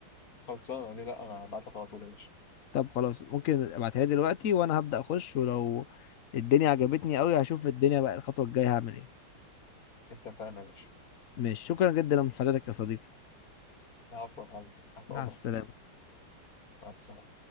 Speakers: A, on the left; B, on the left.
A: خلصانة ليه لأ أنا هبعت لك على طول يا باشا
B: طب خلاص ممكن ابعتها لي دلوقتي وانا هبدأ اخش ولو الدنيا عجبتني قوي هشوف الدنيا بقى الخطوة الجاية هعمل ايه
A: اتفقنا يا باشا
B: ماشي شكرا جدا لمساعدتك يا صديقي
A: العفو يا معلم تحت
B: مع
A: أمرك
B: السلامة
A: مع السلامة